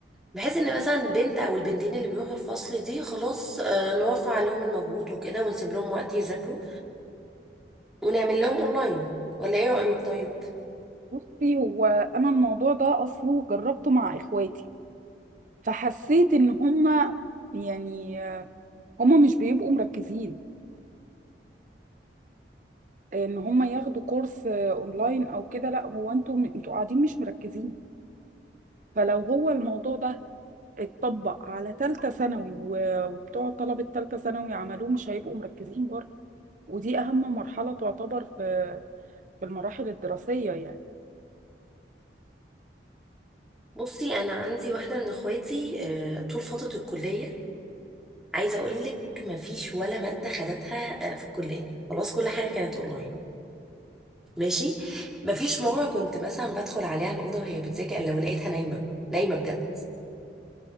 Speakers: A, in the centre; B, on the right.
A: بحيث ان مثلا بنت او البنتين اللي بيروحوا الفصل دي خلاص آه، نوفر عليهم المجهود وكده ونسيب لهم وقت يذاكروا ونعمل لهم اونلاين ولا ايه رايك طيب
B: بصي هو انا الموضوع ده اصله جربته مع اخواتي فحسيت ان هم يعني آه، هم مش بيبقوا مركزين ان هم ياخدوا كورس آه، اونلاين او كده لا هو انتوا انتوا قاعدين مش مركزين فلو هو الموضوع ده اتطبق على تالتة ثانوي و- وبتوع طلبة تالتة ثانوي عملوه مش هيبقوا مركزين برضه ودي أهم مرحلة تعتبر في في المراحل الدراسية يعني
A: بصي انا عندي واحده من اخواتي آه، طول فتره الكليه عايزه اقول لك مفيش ولا ماده خدتها آه، في الكليه خلاص كل حاجه كانت اونلاين ماشي مفيش مره كنت مثلا بدخل عليها الاوضه وهي بتذاكر لو لقيتها نايمه نايمه بجد